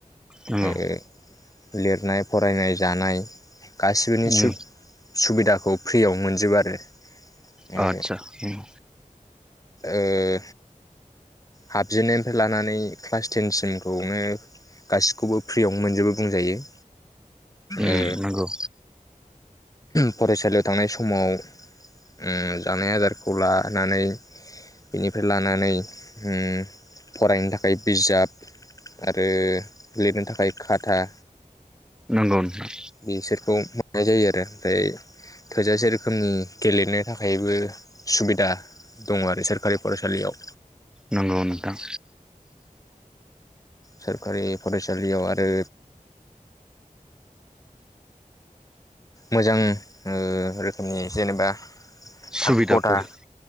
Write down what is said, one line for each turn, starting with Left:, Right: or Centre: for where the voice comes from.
Centre: नंगौ
Left: ओ लिरनाय, फरायनाय, जानाय गासिबोनि
Centre: उम
Left: सुब-सुबिदाखौ फ्रियाव मोनजोबो आरो।
Centre: अह
Left: ओ
Centre: आदसा उम।
Left: ओ हाबजेननायनिफ्राय लानानै क्लास टेनसिमखौनो गासिखौबो फ्रियावनो मोनजोबो बुंजायो।
Centre: उम
Left: ओ
Centre: नंगौ।
Left: फरायसालियाव थांनाय समाव उम जानाय आदारखौ लानानै बेनिफ्राय लानानै हुम फरायनो थाखाय बिजाब आरो लिरनो थाखाय खाथा
Centre: नंगौ नोंथां।
Left: बिसोरखौ मोननाय जायो आरो ओमफ्राय थोजासे रोखोमनि गेलेनो थाखायबो सुबिदा दङ आरो सोरखारि फरायसालियाव।
Centre: नंगौ नोंथां।
Left: सोरखारि फरायसालियाव आरो मोजां ओ रोखोमनि जेनेबा थाखो
Centre: सुबिदाफोर
Left: खथा